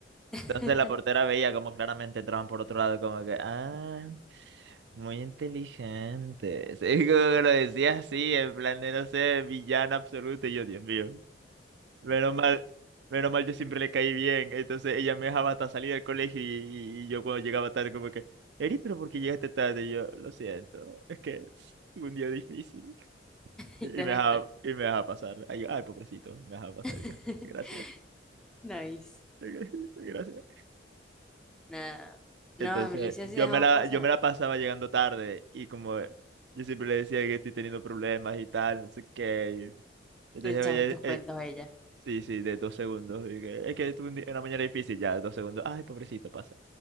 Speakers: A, in the centre; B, on the right.
A: <laughs>
B: Entonces la portera veía como claramente entraban por otro lado, como que, ah, muy inteligente. Sí, <laughs> como que lo decía así, en plan de, no sé, villana absoluto. Y yo, Dios mío, menos mal, menos mal yo siempre le caí bien. Entonces ella me dejaba hasta salir del colegio y, y- y yo cuando llegaba tarde, como que, Eri, pero ¿por qué llegaste tarde? Y yo, lo siento, es que tuve un día difícil.
A: Y
B: Y y
A: te dejaban
B: me dejaba,
A: entrar.
B: y me dejaba pasar. Ay, yo, ay, pobrecito, me dejaba pasar.
A: <laughs>
B: Y yo, Gracias,
A: Nice.
B: <laughs> gracias.
A: Nada.
B: Entonces,
A: No, en Belice sí
B: yo
A: dejaban
B: me la,
A: pasar.
B: yo me la pasaba llegando tarde y como yo siempre le decía que estoy teniendo problemas y tal, no sé qué. y Entonces,
A: Le echaba
B: oye,
A: tus
B: eh, eh,
A: cuentos a ella.
B: sí, sí, de dos segundos. y que, es que tuve un día- una mañana difícil, ya, dos segundos. Ay, pobrecito, pasa.